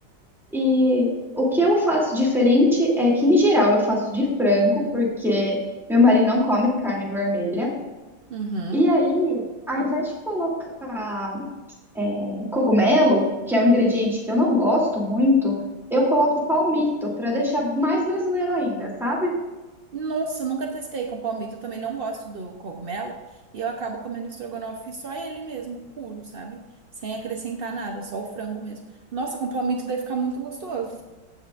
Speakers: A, in the centre; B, on the right (about 65°).
A: E o que eu faço diferente é que, em geral, eu faço de frango, porque meu marido não come carne vermelha.
B: Uhum.
A: E aí, ao invés de colocar eh, cogumelo, que é um ingrediente que eu não gosto muito, eu coloco palmito para deixar mais brasileiro ainda, sabe?
B: Nossa, eu nunca testei com palmito, eu também não gosto do cogumelo, e eu acabo comendo estrogonofe só ele mesmo, puro, sabe? Sem acrescentar nada, só o frango mesmo. Nossa, com palmito deve ficar muito gostoso.